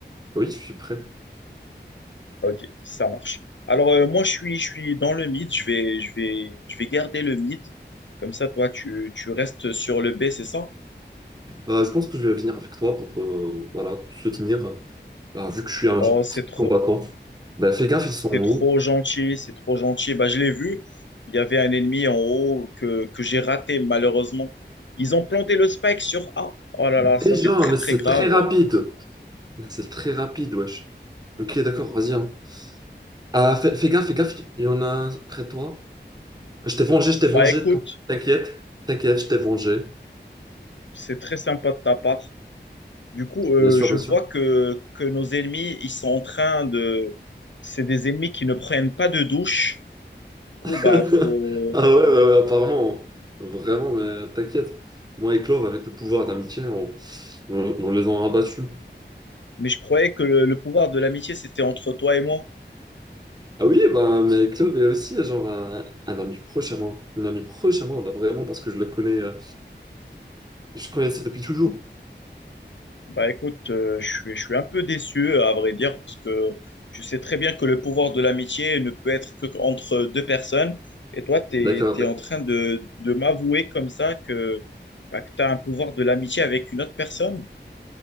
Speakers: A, on the right (about 20°); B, on the left (about 80°).
A: Oui, je suis prêt.
B: Ok, ça marche. Alors euh, moi je suis je suis dans le mid. Je vais je vais je vais garder le mid. Comme ça, toi tu tu restes sur le B, c'est ça?
A: Euh, je pense que je vais venir avec toi pour euh, voilà, te soutenir, euh, euh, vu que je suis un
B: Oh, c'est trop.
A: combattant. Bah, fais gaffe, ils sont
B: C'est
A: hauts.
B: trop gentil, c'est trop gentil. Bah, je l'ai vu, il y avait un ennemi en haut que, que j'ai raté malheureusement. Ils ont planté le spike sur A. Oh là
A: Déjà,
B: là, ça c'est très
A: mais
B: très
A: c'est
B: grave.
A: très rapide. C'est très rapide, wesh. Ok, d'accord, vas-y. hein. Ah, fais, fais gaffe, fais gaffe, il y en a un près de toi. Je t'ai vengé, je t'ai
B: Bah
A: vengé,
B: écoute,
A: t'inquiète, t'inquiète, je t'ai vengé.
B: c'est très sympa de ta part. Du coup, euh,
A: Bien sûr,
B: je
A: bien
B: vois
A: sûr.
B: que, que nos ennemis, ils sont en train de... C'est des ennemis qui ne prennent pas de douche. Du coup,
A: <laughs>
B: bah faut...
A: Ah ouais, ouais, ouais, apparemment,
B: faut-
A: vraiment, mais t'inquiète. Moi et Clove, avec le pouvoir d'amitié, on, on- on les a rabattus.
B: Mais je croyais que le, le pouvoir de l'amitié, c'était entre toi et moi.
A: Ah oui, bah, mais Clove est aussi genre un, un ami proche à moi. Une amie proche à moi, là, vraiment, parce que je le connais, euh, je connaissais depuis toujours.
B: Bah écoute, euh, je suis, je suis un peu déçu, à vrai dire, parce que tu sais très bien que le pouvoir de l'amitié ne peut être que entre deux personnes. Et toi, tu
A: D'accord,
B: es,
A: d'accord.
B: en train de, de m'avouer comme ça que, bah, que tu as un pouvoir de l'amitié avec une autre personne.